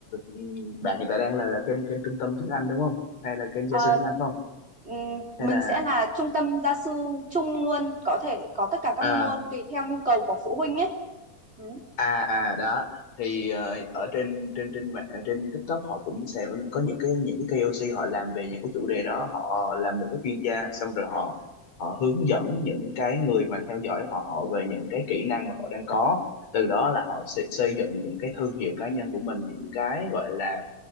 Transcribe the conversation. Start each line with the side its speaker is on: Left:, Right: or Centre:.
Left: ừ, bạn hiện tại đang là kênh kênh trung tâm tiếng Anh đúng không hay là kênh gia
Right: Ờ,
Left: sư tiếng Anh phải không
Right: ừm, mình
Left: hay là
Right: sẽ là trung tâm gia sư chung luôn có thể có tất cả các
Left: à,
Right: môn tùy theo nhu cầu của phụ huynh ấy ừ.
Left: à à đó thì ờ, ở trên trên trên mạng trên TikTok họ cũng sẽ có những cái những cái KOC họ làm về những cái chủ đề đó họ làm một cái chuyên gia xong rồi họ họ hướng dẫn những cái người mà theo dõi họ về những cái kỹ năng mà họ đang có từ đó là họ sẽ xây dựng những cái thương hiệu cá nhân của mình những cái gọi là